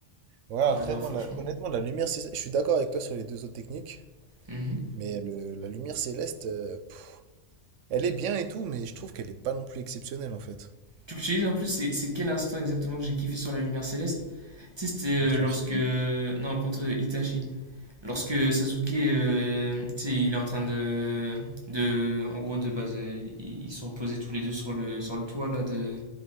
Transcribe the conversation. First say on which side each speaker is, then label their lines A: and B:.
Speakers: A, on the right; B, on the right.
A: Ouais, après,
B: Ouais, non,
A: moi,
B: franchement.
A: la- honnêtement, la lumière, cé- je suis d'accord avec toi sur les deux autres techniques,
B: Mhm.
A: mais le- la lumière céleste, euh, pff, elle est bien et tout, mais je trouve qu'elle est pas non plus exceptionnelle en fait.
B: Tu sais, en plus, c'est c'est quel instant exactement que j'ai kiffé sur la lumière céleste? Tu sais, c'était
A: Contre
B: euh, lorsque.
A: Hachibi.
B: Non, contre Itachi. Lorsque Sasuke, euh, tu sais, il est en train de. de en gros, de base, euh, ils sont posés tous les deux sur le, sur le toit, là, de.